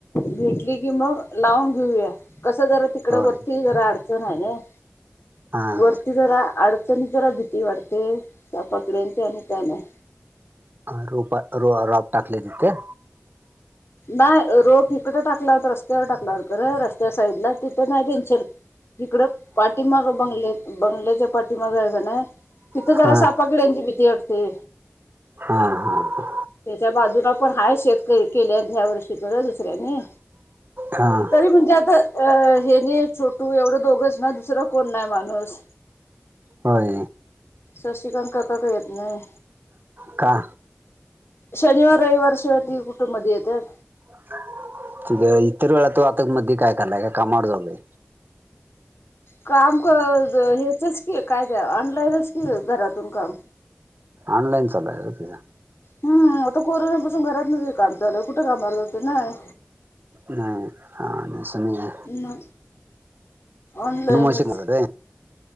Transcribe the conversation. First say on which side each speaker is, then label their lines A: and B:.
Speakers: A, on the left; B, on the right.
A: भेटली की मग लावून घेऊया कस जरा तिकड
B: होय
A: वरती जरा अडचण आहे नाही
B: हा
A: वरती जरा अड तेन जरा भीती वाढते सापाकिड्यांची आणि काय न्हाय
B: अ रोप र रॉप टाकले तिथे
A: नाय रोप इकडं टाकला हुता रस्त्यावर टाकला हुता रस्त्या साईडला तिथं नाय टेन्शन हिकडं पाठीमागं बंगल्या- बंगल्याच्या पाठीमाग क नाय तिथं
B: हा
A: जरा साप किड्यांची भीती वाटते
B: हा हा
A: त्याच्या बाजूला पण हाय शेत केल्यात ह्या वर्षी खरं दुसऱ्यानी
B: हां
A: तरी म्हणजे आता अहेनी छोटू एवढं दोघंच ना दुसरं कोण नाही माणूस
B: होय
A: शशिकांत काका काय येत न्हाय
B: का?
A: शनिवार रविवार शिवाय ती कुठ मधी येत्यात
B: <inaudible> <unintelligible> इतर वेळा तो आता मध्ये काय करलाय काय कामावर चालाय
A: काम <unintelligible> ह्याचच की काय ते ऑनलाईनच की घरातून काम
B: ऑनलाईन चालू हाय व्हय तेच
A: हम्म आता कोरोनापासून घरातनचं की काम चालुय कुठं कामाला जातोय नाय
B: नाही ह नसेना घ्या
A: म ऑनलाइनच
B: मावशी काय